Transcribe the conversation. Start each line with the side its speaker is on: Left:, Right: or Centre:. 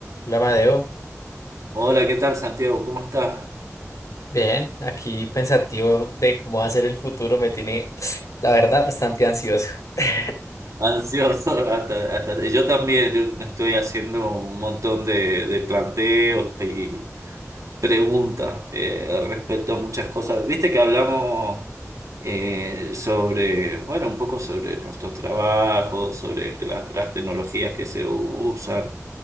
Left: Hola, Amadeo.
Right: Hola, ¿qué tal Santiago? ¿Cómo estás?
Left: Bien, aquí pensativo de cómo va a ser el futuro me tiene, la verdad, bastante ansioso. <laughs>
Right: Ansioso. <laughs> Hasta, hasta- yo también, yo me estoy haciendo un montón de, de planteos y preguntas eh, respecto a muchas cosas. Viste que hablamos eh, sobre, bueno, un poco sobre nuestro trabajo, sobre la- las tecnologías que se usan.